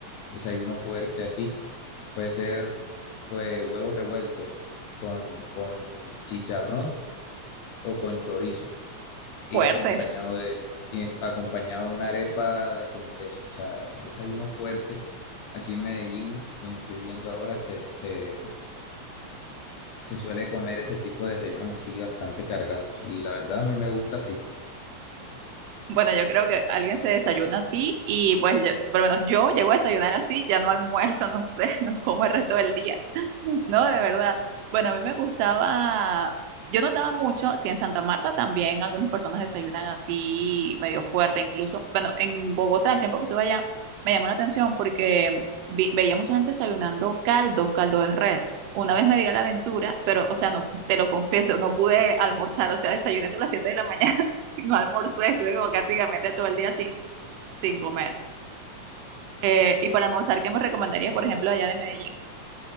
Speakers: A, on the left; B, on the right.
A: desayuno fuerte así. Puede ser pues, huevos revueltos con, con chicharrón o con chorizo y
B: fuerte,
A: acompañado
B: <laughs>
A: de, y en- acompañado de una arepa con queso. O sea, son desayunos fuertes. Aquí en Medellín, donde estoy viviendo ahora, se, se, se suele comer ese tipo de desayunos así bastante cargados. Y la verdad a mí me gusta así.
B: Bueno, yo creo que alguien se desayuna así y pues yo- por lo menos yo llego a desayunar así, ya no almuerzo, no sé, <laughs> no como el resto del día. <laughs> No, de verdad. Bueno, a mí me gustaba, yo notaba mucho, si en Santa Marta también algunas personas desayunan así medio fuerte, incluso, bueno, en Bogotá, el tiempo que estuve allá, me llamó la atención porque vi- veía mucha gente desayunando caldos, caldo de res. Una vez me di a la aventura, pero, o sea, no, te lo confieso, no pude almorzar, o sea, desayuné solo a las 7 de la mañana. <laughs> No almorcé, estuve como prácticamente todo el día sin, sin comer. Eh, y para almorzar, ¿qué me recomendarías, por ejemplo, allá de Medellín?